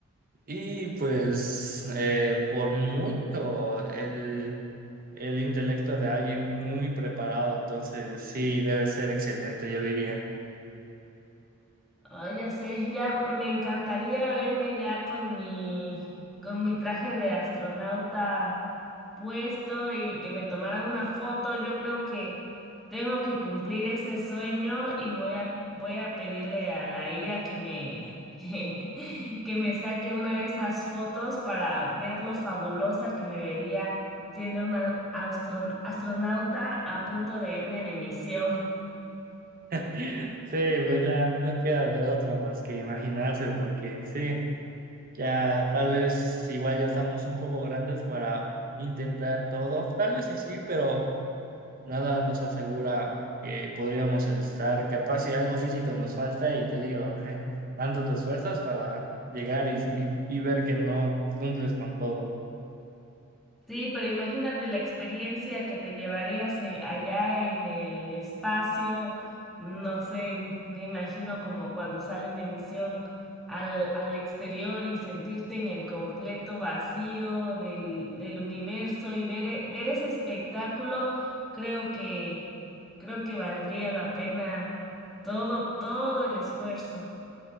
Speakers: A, on the right (about 45°); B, in the centre.
A: Y pues eh, por mucho el, el intelecto de alguien muy preparado, entonces sí, debe ser excelente, yo diría.
B: Ay, ya sé, ya me encantaría verme ya con mi, con mi traje de astronauta puesto y que me tomaran una foto. Yo creo que tengo que cumplir ese sueño y voy a, voy a pedirle a la IA que me, <laughs> que me saque una de esas fotos para ver lo fabulosa que me vería siendo una austron- astronauta a punto de irme de misión.
A: <laughs> Sí, pues ya no queda de otra más que imaginarse, porque sí, ya tal vez igual ya estamos un poco grandes para intentar todo, tal vez sí sí, pero... Nada nos asegura que podríamos estar, capaz si algo físico nos falta y te digo, <laughs> tanto te esfuerzas para llegar y, y- y ver que no cumples con todo.
B: Sí, pero imagínate la experiencia que te llevarías eh, allá en el espacio, no sé, me imagino como cuando salen de misión al, al exterior y sentirte en el completo vacío del, del universo y ver, e- ver ese espectáculo, creo que, creo que valdría la pena todo, todo el esfuerzo.